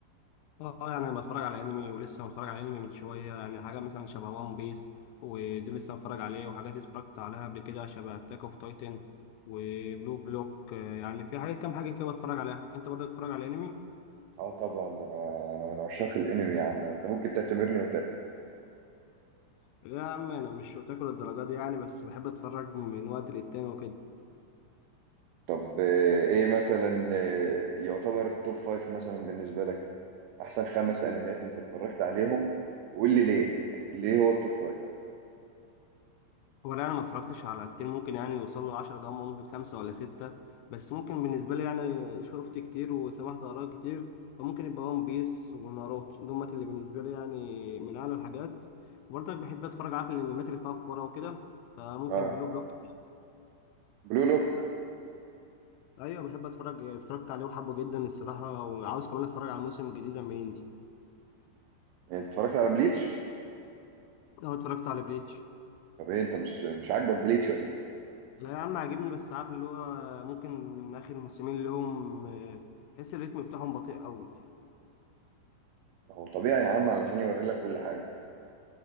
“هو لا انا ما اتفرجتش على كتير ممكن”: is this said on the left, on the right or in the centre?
Left